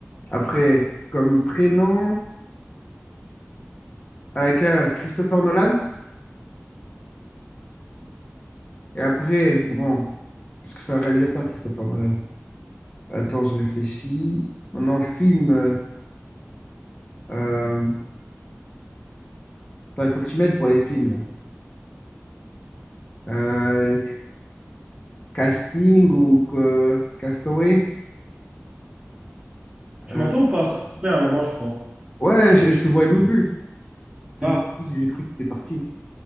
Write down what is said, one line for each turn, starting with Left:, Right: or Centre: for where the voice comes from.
Left: après, comme prénom, avec euh, Christopher Nolan. Et après, bon, est-ce que c'est un réalisateur, Christopher Nolan? Attends, je réfléchis. Maintenant, film. euh, euh, attends, il faut que tu m'aides pour les films. là. Euh, casting ou que- Castaway?
Right: Tu
Left: Euh,
Right: m'entends ou pas? Ça a coupé à un moment, je crois.
Left: ouais, je, je te voyais même plus. Je-
Right: Ah,
Left: J'ai cru que tu étais parti.